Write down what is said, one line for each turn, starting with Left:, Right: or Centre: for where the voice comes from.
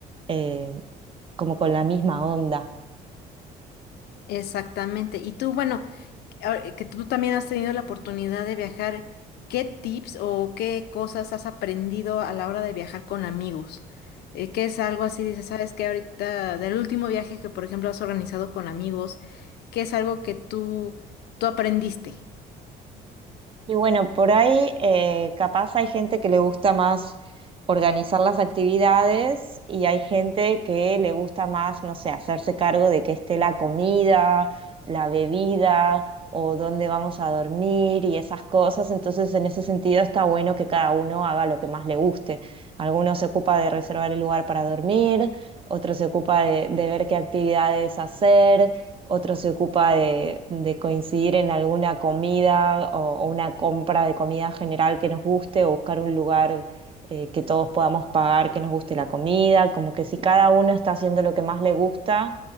Right: eh, como con la misma onda.
Left: Exactamente. Y tú, bueno, ahora eh, que tú también has tenido la oportunidad de viajar, ¿qué tips o qué cosas has aprendido a la hora de viajar con amigos? Eh, ¿qué es algo así? Dices, ¿sabes que Ahorita, del último viaje que, por ejemplo, has organizado con amigos, ¿qué es algo que tú, tú aprendiste?
Right: Y bueno, por ahí eh, capaz hay gente que le gusta más organizar las actividades y hay gente que le gusta más, no sé, hacerse cargo de que esté la comida, la bebida o dónde vamos a dormir y esas cosas. Entonces, en ese sentido está bueno que cada uno haga lo que más le guste. Algunos se ocupa de reservar el lugar para dormir, otros se ocupa de de ver qué actividades hacer otro se ocupa de, de coincidir en alguna comida o, o una compra de comida general que nos guste o buscar un lugar eh, que todos podamos pagar, que nos guste la comida, como que si cada uno está haciendo lo que más le gusta,